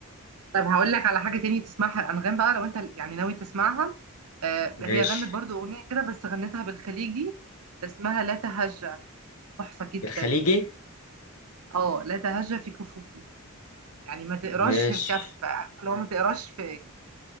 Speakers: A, on the right (about 80°); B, on the left (about 75°).
A: طب هقول لك على حاجة تاني تسمعها الأنغام بقى لو أنت يعني ناوي تسمعها آه
B: ماشي
A: هي غنت برضو أغنية كده بس غنتها بالخليجي اسمها لا تهجى تحفة جدا
B: الخليجي
A: اه لا تهجى في كفوفي يعني ما تقراش
B: ماشي
A: الكف عارفة اللي هو ما تقراش في